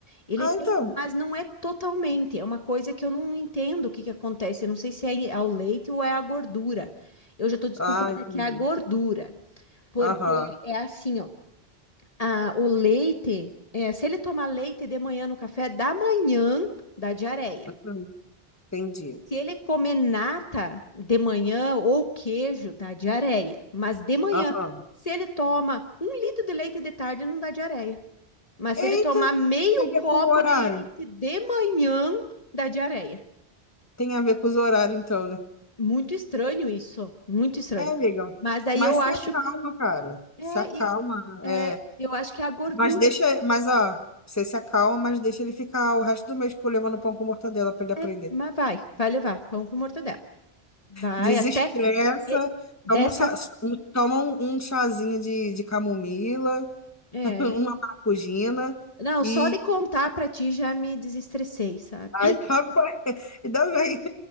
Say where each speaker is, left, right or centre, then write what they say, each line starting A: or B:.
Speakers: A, on the left; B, on the left.
A: Ele
B: ah,
A: tem,
B: então.
A: mas não é totalmente. É uma coisa que eu não entendo o que que acontece. Eu não sei se é ao leite ou é a gordura. Eu já estou desconfiada
B: Ah, entendi.
A: que é a gordura, porque
B: Aham.
A: é assim, ó. a- o leite, é, se ele tomar leite de manhã no café da manhã, dá diarreia.
B: Uhum, Entendi.
A: Se ele comer nata de manhã ou queijo, dá diarreia. Mas de manhã,
B: Aham.
A: se ele toma um litro de leite de tarde, não dá diarreia. Mas
B: Eita,
A: se ele tomar meio
B: tem a ver
A: copo
B: com o horário.
A: de leite de manhã, dá diarreia.
B: Tem a ver com os horários, então, né?
A: Muito estranho isso, muito estranho.
B: É, amiga.
A: Mas daí
B: Mas
A: eu
B: se
A: acho,
B: acalma, cara.
A: é,
B: Se acalma.
A: e- é,
B: É.
A: eu acho que é a gordura.
B: Mas deixa. Mas, ó, você se acalma, mas deixa ele ficar o resto do mês tipo, levando pão com mortadela pra ele aprender.
A: É, mas vai, vai levar pão com mortadela. Vai
B: Desestressa,
A: até e- dessa,
B: toma um, sa- um- toma um um chazinho de, de camomila,
A: é,
B: <laughs> uma maracujina
A: não,
B: e.
A: só de contar pra ti já me desestressei, sabe?
B: Ai, tá bem. <laughs> Ainda bem,